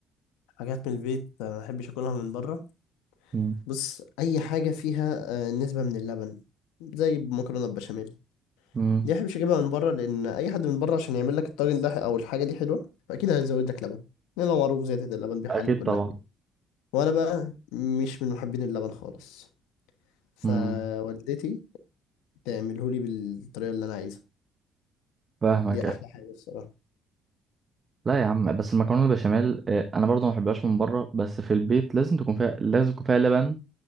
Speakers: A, on the left; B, on the right.
A: حاجات من البيت آه، ما بحبش أكلها من بره
B: امم
A: بص أي حاجة فيها آه، نسبة من اللبن زي المكرونة البشاميل
B: أمم.
A: دي احبش اجيبها من بره لان اي حد من بره عشان يعمل لك الطاجن ده او الحاجه دي حلوه فاكيد هيزود لك لبن لان هو معروف زياده اللبن بيحلي
B: اكيد
A: كل
B: طبعا
A: حاجه وانا بقى مش من محبين اللبن خالص فوالدتي
B: امم
A: تعمله لي بالطريقه اللي انا عايزها
B: فاهمك
A: دي احلى حاجه الصراحه
B: لا يا عم بس المكرونه البشاميل آه، انا برضه ما بحبهاش من بره بس في البيت لازم تكون فيها لازم يكون فيها لبن